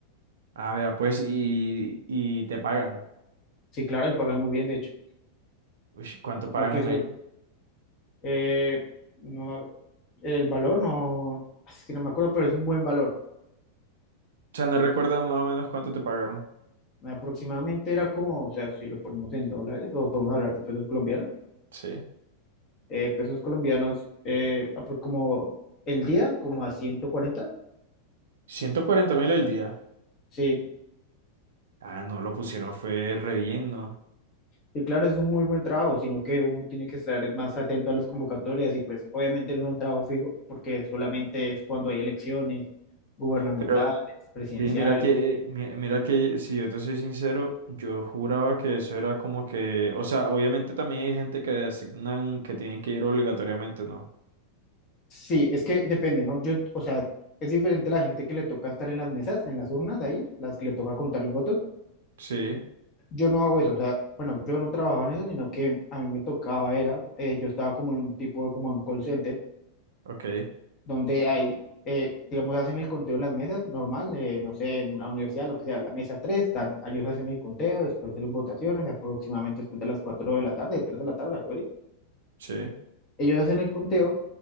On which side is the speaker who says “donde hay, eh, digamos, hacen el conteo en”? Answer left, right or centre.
Left